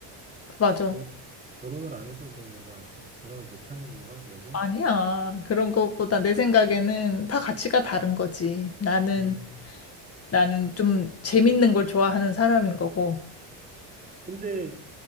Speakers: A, on the left; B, on the right.
A: 그 맞아.
B: 내가 결혼을 안 해서 그런가 봐, 아직. 결혼을 못 한 건가, 그래서?
A: 아니야. 그런 것보다 내 생각에는 다 가치가 다른 거지. 나는,
B: 음.
A: 나는 좀 재밌는 걸 좋아하는 사람인 거고.
B: 근데